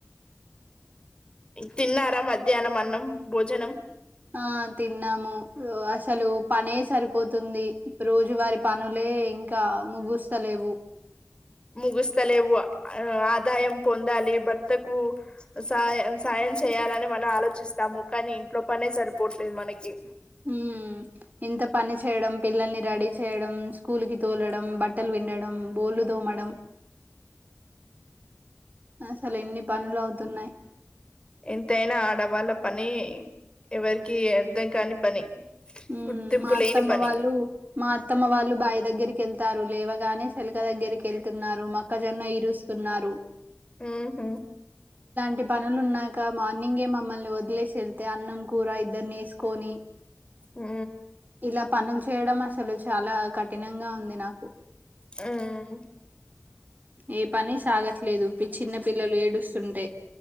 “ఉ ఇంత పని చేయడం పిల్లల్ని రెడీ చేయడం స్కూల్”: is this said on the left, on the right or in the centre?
Right